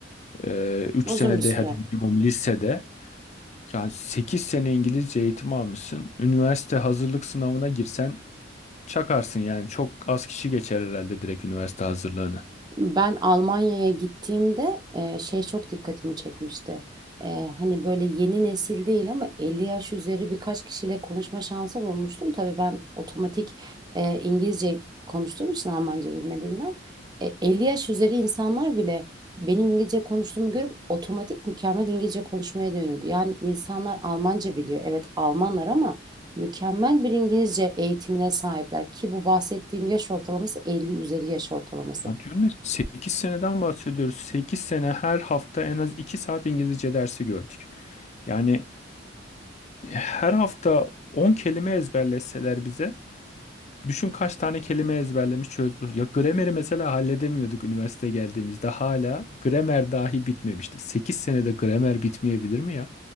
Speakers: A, on the left; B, on the right.
A: eee, üç
B: uzun
A: sene
B: bir süre.
A: de hadi minimum lisede yani 8 sene İngilizce eğitimi almışsın. Üniversite hazırlık sınavına girsen çakarsın yani. Çok az kişi geçer herhalde direkt üniversite hazırlığını.
B: Ben Almanya'ya gittiğimde e, şey çok dikkatimi çekmişti. E, hani böyle yeni nesil değil ama 50 yaş üzeri birkaç kişiyle konuşma şansı bulmuştum. Tabii ben otomatik e, İngilizce konuştuğum için Almanca bilmediğimden e, 50 yaş üzeri insanlar bile benim İngilizce konuştuğumu görüp otomatik mükemmel İngilizce konuşmaya dönüyordu. Yani insanlar Almanca biliyor. Evet Almanlar ama mükemmel bir İngilizce eğitimine sahipler ki bu bahsettiğim yaş ortalaması 50 üzeri yaş ortalaması.
A: Ya diyorum ya 8 seneden bahsediyoruz. 8 sene her hafta en az 2 saat İngilizce dersi gördük. Yani her hafta 10 kelime ezberleseler bize düşün kaç tane kelime ezberlemiş çözdük. Ya grameri mesela halledemiyorduk üniversite geldiğimizde hala gramer dahi bitmemişti. 8 senede gramer bitmeyebilir mi ya?